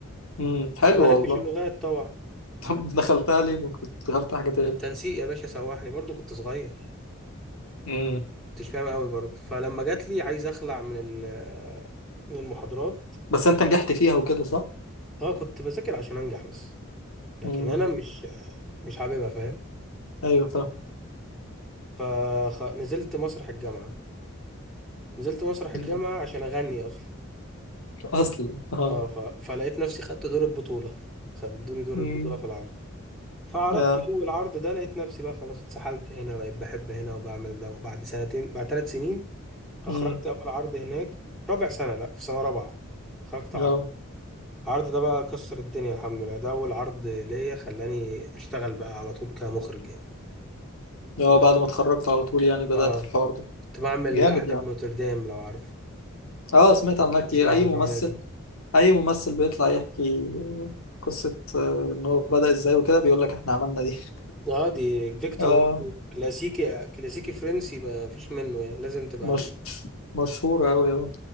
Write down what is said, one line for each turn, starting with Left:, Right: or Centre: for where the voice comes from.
Left: امم حلو
Centre: انا ما بحبش
Left: والله
Centre: اللغات طبعا
Left: <laughs> طب دخلتها ليه ما كنت دخلت حاجة تاني
Centre: التنسيق يا باشا سوحني برضو كنت صغير
Left: امم
Centre: كنتش فاهم قوي برضو فلما جات لي عايز اخلع من ال- من المحاضرات
Left: بس أنت نجحت فيها وكده صح؟
Centre: اه كنت بذاكر عشان انجح بس لكن
Left: امم
Centre: انا مش مش حاببها فاهم
Left: أيوه فاهم
Centre: فنزلت مسرح الجامعة نزلت مسرح الجامعة
Left: مم.
Centre: عشان اغني اصلا
Left: أصلا اه
Centre: اه ف... فلقيت نفسي خدت دور البطولة خدوني دور
Left: امم
Centre: البطولة في العرض فعرضت
Left: اه
Centre: اول عرض ده لقيت نفسي بقى خلاص اتسحلت هنا بقيت بحب هنا وبعمل ده وبعد سنتين بعد ثلاث سنين اخرجت
Left: امم
Centre: اول عرض هناك رابع سنه لا في سنه رابعه خرجت عرض
Left: اه
Centre: العرض ده بقى كسر الدنيا الحمد لله ده اول عرض ليا خلاني اشتغل بقى على طول كمخرج يعني
Left: آه، بعد ما اتخرجت على طول يعني بدأت
Centre: اه
Left: في الحوار ده
Centre: كنت بعمل
Left: جامد
Centre: احدى
Left: يعني
Centre: بنوتردام لو عارفه
Left: اه سمعت عنها كتير
Centre: اسمع
Left: اي
Centre: الروايه
Left: ممثل
Centre: دي
Left: اي ممثل بيطلع يحكي قصة آه، ان هو بدأ ازاي وكده بيقول لك احنا عملنا دي
Centre: اه دي
Left: <laughs>
Centre: فيكتور
Left: اه
Centre: هوجو كلاسيكي كلاسيكي فرنسي ما فيش منه يعني لازم تبقى
Left: مش
Centre: عارفه
Left: مشهورة اوي اه